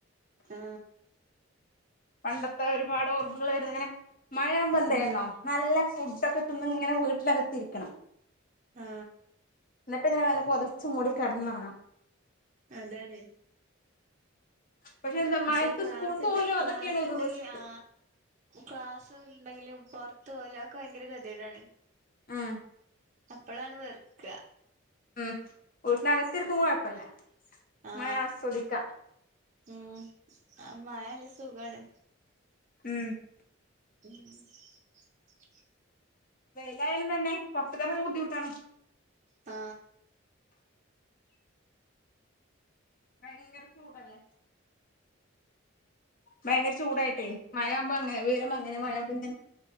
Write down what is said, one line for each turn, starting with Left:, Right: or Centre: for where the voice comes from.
Right: ആ
Left: പണ്ടത്തെ ഒരുപാട് ഓർമ്മകൾ വരുന്നു അങ്ങനെ മഴുമ്പോ എന്തണോ
Right: ഉം
Left: നല്ല ഫുഡെ കെതുംന്നും ങ്ങനെ വീട്ടിലകത്തിരിക്കണം
Right: ആ
Left: ന്നിട്ട് ഇങ്ങനെ വ ച്ച്മൂടി കെട്ന്നൊ
Right: അതാണ്
Left: പക്ഷെ എന്താ മഴത്ത്
Right: ക്ഷെ ക്ലാസ്ണ്ട്
Left: സ്കൂൾക്ക് പോലും
Right: ക്ലാസ്
Left: അതൊക്കെയാണ് ഒരു
Right: ണ്ടെങ്കില്
Left: റിസ്ക്
Right: ആ ക്ലാസ് ണ്ടെങ്കിലും പോറ്ത്ത് ഒരാക്ക് ഭയങ്കര കെത്യേടാണേ
Left: ആ
Right: അപ്പളാണ് വെർക്ക
Left: ഉം വിട്ടിനകത്തിരിക്കുമ്പോ കൊയ്പ്പല്ല
Right: ആ
Left: മഴ ആസ്വദിക്കാ
Right: ഉം ആ മയല്ല സുഖാണ്
Left: ഉം
Right: <unintelligible>
Left: വെയിലായാലും തന്നെ പോറ്ത്ത്‌ക്കെറ് ങ്ങ്ണത് ബുദ്ധിമുട്ടാണ്
Right: ആ
Left: ഭയങ്കര ചൂടല്ലേ ഭയങ്കര ചൂടായിട്ടേ മഴയാവുമ്പ അങ്ങനെ വെയ്ലാവുമ്പോ അങ്ങനെ മഴയാവുമ്പ ഇങ്ങനെ